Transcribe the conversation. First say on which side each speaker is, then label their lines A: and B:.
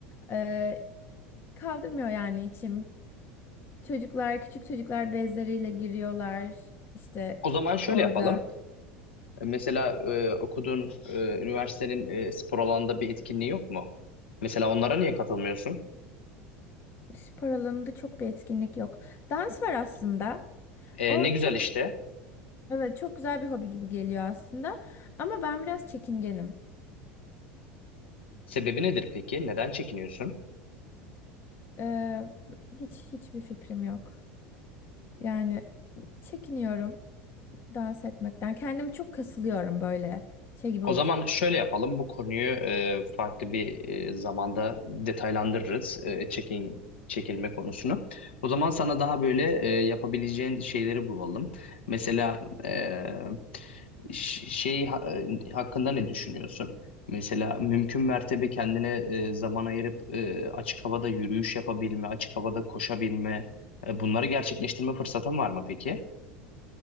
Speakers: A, on the left; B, on the left.
A: e, kaldırmıyor yani içim. Çocuklar, küçük çocuklar bezleriyle giriyorlar. İşte
B: O zaman şöyle
A: orada
B: yapalım. Mesela e, okuduğun e, üniversitenin e, spor alanında bir etkinliği yok mu? Mesela onlara niye katılmıyorsun?
A: spor alanında çok bir etkinlik yok. Dans var aslında.
B: E,
A: O
B: ne güzel
A: çok
B: işte.
A: evet çok güzel bir hobi gibi geliyor aslında. Ama ben biraz çekingenim.
B: Sebebi nedir peki? Neden çekiniyorsun?
A: Ee, hiç hiçbir fikrim yok. Yani çekiniyorum dans etmekten. Kendimi çok kasılıyorum böyle şey gibi
B: O
A: oluyor.
B: zaman şöyle yapalım. Bu konuyu e, farklı bir e, zamanda detaylandırırız. E, çekin, çekilme konusunu. O zaman sana daha böyle e, yapabileceğin şeyleri bulalım. Mesela e, ş- şey ha- e, hakkında ne düşünüyorsun? Mesela mümkün mertebe kendine e, zaman ayırıp e, açık havada yürüyüş yapabilme, açık havada koşabilme, e, bunları gerçekleştirme fırsatın var mı peki?